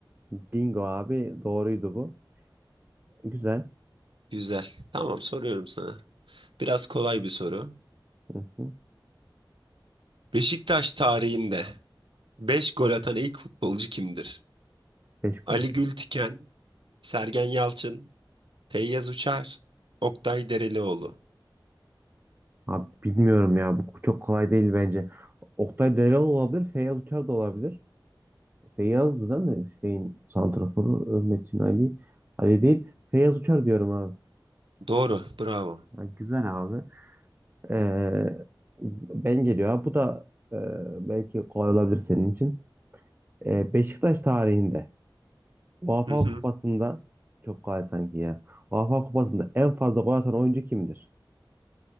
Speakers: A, on the right; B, on the right.
A: Bingo abi doğruydu bu. Güzel.
B: Güzel. Tamam soruyorum sana. Biraz kolay bir soru.
A: Hı hı.
B: Beşiktaş tarihinde 5 gol atan ilk futbolcu kimdir?
A: Beş gol
B: Ali
A: atmak.
B: Gültiken, Sergen Yalçın, Feyyaz Uçar, Oktay Derelioğlu.
A: Abi bilmiyorum ya bu çok kolay değil bence. Oktay Delal olabilir, Feyyaz Uçar da olabilir. Feyyaz'dı değil mi? Şeyin santraforu e, Metin Ali. Ali değil. Feyyaz Uçar diyorum abi.
B: Doğru. Bravo.
A: Ya güzel abi. Ee, ben geliyor abi. Bu da e, belki kolay olabilir senin için. Ee, Beşiktaş tarihinde UEFA
B: Hı hı.
A: Kupası'nda çok kolay sanki ya. UEFA Kupası'nda en fazla gol atan oyuncu kimdir?